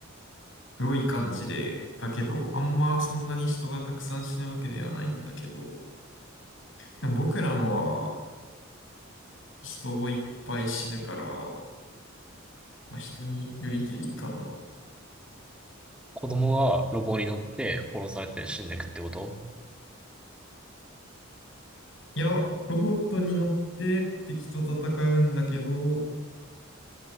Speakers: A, on the left; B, in the centre.
A: グロい感じで、だけど、あんまそんなに人がたくさん死ぬわけではないんだけど、でも僕らのは人をいっぱい死ぬから、まあ、人によりけりかな。
B: 子供がロボに乗って殺されて死んでくってこと
A: いや、ロボットに乗って敵と戦うんだけど、